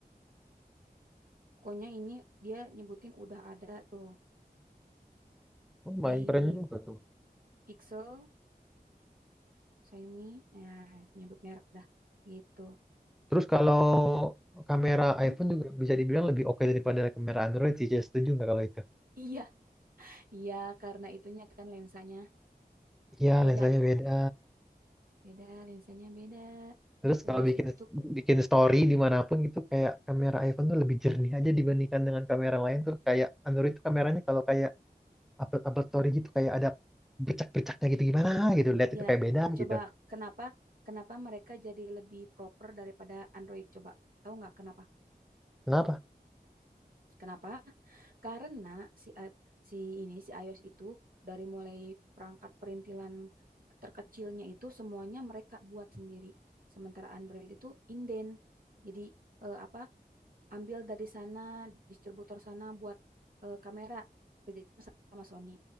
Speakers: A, on the right (about 60°); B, in the centre.
A: Pokoknya ini dia nyebutin udah ada tuh
B: Oh,
A: di
B: main keren juga tuh
A: Pixel, Xiaomi, nah nyebut merek dah gitu.
B: terus kalau kamera
A: Mm-mm.
B: iPhone juga bisa dibilang lebih oke daripada kamera Android sih saya setuju nggak kalau itu
A: Iya, iya karena itunya kan lensanya
B: iya
A: beda,
B: lensanya beda
A: beda lensanya beda.
B: terus
A: Terus
B: kalau bikin
A: itu tuh
B: bikin story dimanapun gitu kayak kamera
A: Hmm.
B: iPhone tuh lebih jernih aja dibandingkan dengan kamera lain tuh kayak Android tuh kameranya kalau kayak upload upload story gitu kayak ada bercak bercaknya gitu gimana gitu lihat itu
A: ya
B: kayak beda
A: coba
B: gitu
A: kenapa kenapa mereka jadi lebih proper daripada Android coba. Tahu nggak kenapa?
B: kenapa
A: Kenapa? Karena si i- si ini si iOS itu dari mulai perangkat perintilan terkecilnya itu semuanya mereka buat sendiri. Sementara Android itu inden. Jadi eh, apa ambil dari sana distributor sana buat eh, kamera kerjasama sama Sony.